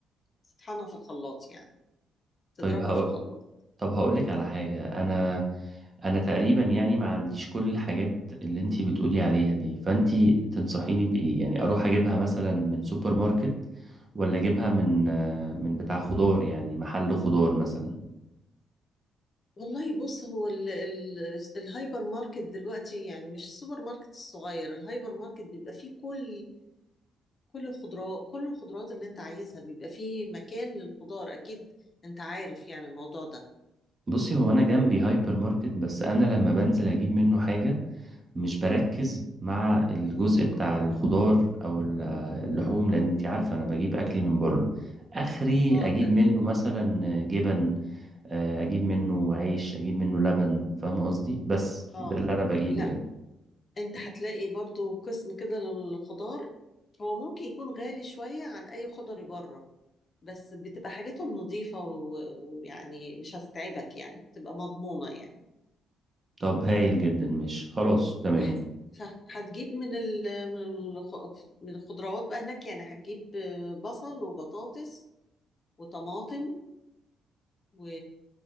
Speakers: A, on the left; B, on the right.
A: تطحنها في الخلاط يعني تضربها
B: طيب هقول
A: في الخلاط
B: طب هقولك على حاجة أنا أنا تقريبا يعني ما عنديش كل الحاجات اللي أنتي بتقولي عليها دي فأنتي تنصحيني بإيه يعني أروح أجيبها مثلا من سوبر ماركت ولا أجيبها من آه، من بتاع خضار يعني محل خضار مثلا
A: والله بص هو ال ال الهايبر ماركت دلوقتي يعني مش السوبر ماركت الصغير الهايبر ماركت بيبقى فيه كل كل الخضروات كل الخضروات اللي انت عايزها بيبقى فيه مكان للخضار اكيد انت عارف يعني الموضوع ده
B: بصي هو أنا جنبي هايبر ماركت بس أنا لما بنزل أجيب منه حاجة مش بركز مع الجزء بتاع الخضار أو ال- اللحوم لأن أنتي عارفة أنا بجيب أكلي من بره آخري
A: اه
B: أجيب
A: تمام
B: منه مثلا جبن آه، اجيب منه عيش اجيب منه لبن فاهم قصدي بس
A: اه
B: ده اللي انا بجيبه
A: لا
B: يعني
A: انت هتلاقي برضو قسم كده للخضار هو ممكن يكون غالي شوية عن اي خضري بره بس بتبقى حاجتهم نظيفة و- ويعني مش هتتعبك يعني بتبقى مضمونة يعني
B: طب هايل جدا مش خلاص تمام
A: هف- ف- هتجيب من ال من الخ- من الخضروات بقى هناك يعني هتجيب بصل وبطاطس وطماطم و...